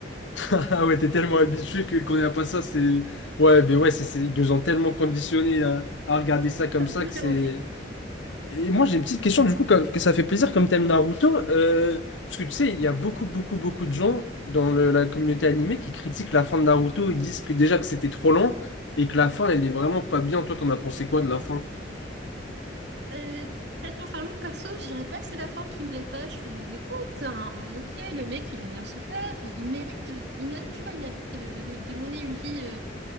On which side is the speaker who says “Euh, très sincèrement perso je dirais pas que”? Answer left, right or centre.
Right